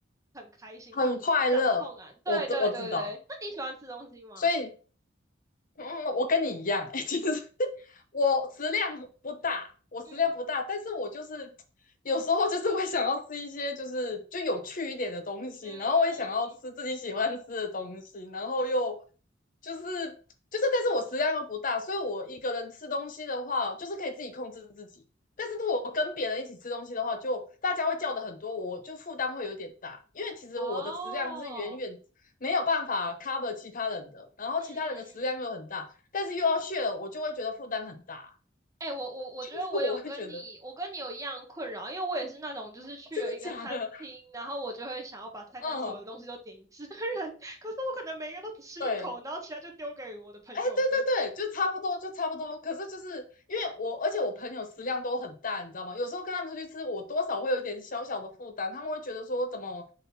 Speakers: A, on the right; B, on the left.
A: 很开心，
B: 很快乐。
A: 那种掌控感。对对对对，
B: 我都我知道，
A: 那你喜欢吃东西吗？
B: 所以嗯，我跟你一样，<laughs> 欸其实我食量不大，我食量不大，
A: 嗯
B: 但是我就是 <tsk> 有时候就是会想要吃一些就是就有趣一点的东西，
A: 嗯，
B: 然后我也想要吃自己喜欢吃的东西，然后又就是就是，但是我食量又不大，所以我一个人吃东西的话，就是可以自己控制自己。但是如果我跟别人一起吃东西的话，就大家会叫的很多，我就负担会有点大，因为其实我的食量是远远没有办法
A: 哦，
B: cover 其他人的，然后其他人的食量又很大，
A: 嗯。
B: 但是又要炫，h 我就会觉得负担很大，
A: 哎、我我我觉得我有跟你，
B: <laughs> 就是我会觉得
A: 我跟你有一样困扰，因为我也是那种就是去了一个餐厅，
B: 真的假的？
A: 然后我就会想要把菜单所有的东西都点一次的人，
B: 嗯，
A: <laughs> 可是我可能每一个都只吃一口，
B: 对。
A: 然后其他就丢给我的朋友们。
B: 哎，对对对，就差不多，就差不多。可是就是因为我，而且我朋友食量都很大，你知道吗？有时候跟他们出去吃，我多少会有一点小小的负担，他们会觉得说怎么